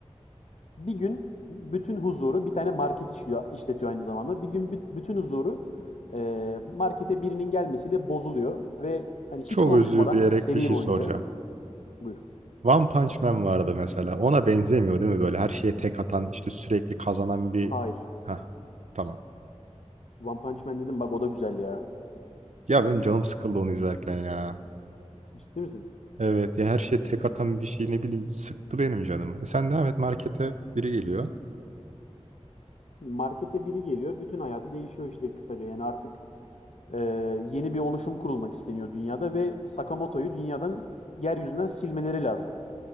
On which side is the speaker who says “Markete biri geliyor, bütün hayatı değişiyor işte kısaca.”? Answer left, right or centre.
Left